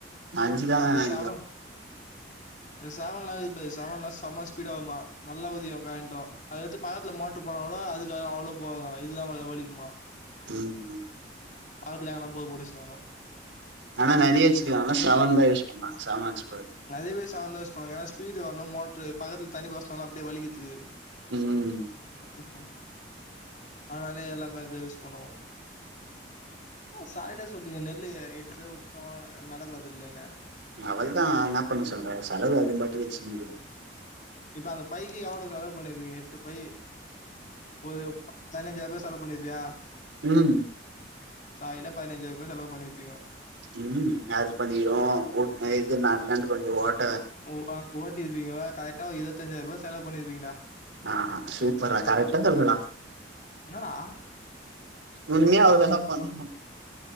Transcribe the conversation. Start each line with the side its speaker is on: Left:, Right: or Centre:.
Right: நா அஞ்சுதான
Left: இந்த
Right: நெனைக்கோ
Left: செவன் செவன்லா இக்குது செவன்லா செம ஸ்பீடாவுமா நல்லா உதியு கரண்ட்டு அதெடுத்து பக்கத்துல மோட்ரு போனா கூட அதுக்கு அவ்ளோ போகாதா இதுதா வ வலிக்குமா
Right: ம்
Left: பக்கத்ல எங்னா போர் போட்டு வச்ருந்தாலு
Right: ஆனா நறையா வச்சுக்லா ஆனா செவன்தா யூஸ் பண்ணா செவன் வாட்ஸ்
Left: நறைய பேர் செவன்தா யூஸ் பண்வாங் ஏனா ஸ்பீடு வர்ணு மோட்ரு பக்கத்துல தண்ணி பாச்னாங்னா அப்டியே வலிக்றதுக்கு
Right: ம்
Left: ஆ ஹ ஆனாலே எல்லாமே அதே யூஸ் பண்ணுவோ சாரிடா சொல்டீங்க நெல்ல எட்டு பேர் விட்டோ நட பாதல்லன்னு
Right: அவள் தா என்னா பண்ண சொல்ற செலவு அதுபாட்டு வச்சுன்கிது
Left: இப்ப அந்த பைக்கு எவ்ளோ செலவு பண்ணிருக்கீங்க எட்டு பை ஒரு பதினைஞ்சாயிரூபா செலவு பண்ணிருப்பியா
Right: ம்
Left: சாலிட்டா பதினஞ்சாயிர ரூபா செலவு பண்ணிருப்பியோ
Right: ம் அது பண்ணிடும் ஓட்டு இதுநால்லு கொஞ்ச ஓட்
Left: ஓ அங்க ஓட்டிருப்பீங்க கரெக்டா ஒரு இருபத்தஞ்சாயிர ரூபா செலவு பண்ணிருப்பீங்கடா
Right: ஆஹ் சூப்பரா கரக்ட் ஆ சொல்றடா
Left: என்னடா
Right: உண்மையா அவரு எல்லா பண்ணணு